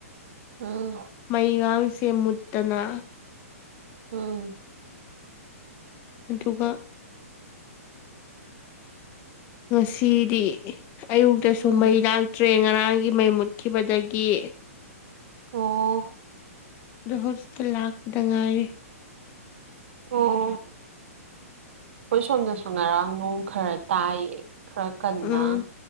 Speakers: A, on the right; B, on the left.
A: ꯎꯝ
B: ꯃꯩꯒꯥꯡꯁꯦ ꯃꯨꯠꯇꯅ
A: ꯎꯝ
B: ꯑꯗꯨꯒ ꯉꯁꯤꯗꯤ ꯑꯌꯨꯛꯇꯁꯨ
A: ꯎꯝ
B: ꯃꯩ ꯂꯥꯛ ꯇ꯭ꯔꯦ ꯉꯔꯥꯡꯒꯤ ꯃꯩ ꯃꯨꯠꯈꯤꯕꯗꯒꯤ
A: ꯑꯣ..
B: ꯑꯗꯣ ꯍꯧꯖꯤꯛꯇ ꯂꯥꯛꯄꯗ ꯉꯥꯏꯔꯤ
A: ꯑꯣ ꯑꯩꯈꯣꯏ ꯁꯣꯝꯗꯁꯨ ꯉꯔꯥꯡ ꯅꯣꯡ ꯈꯔ ꯇꯥꯏꯌꯦ ꯈꯔ ꯀꯟꯅ
B: ꯎꯝ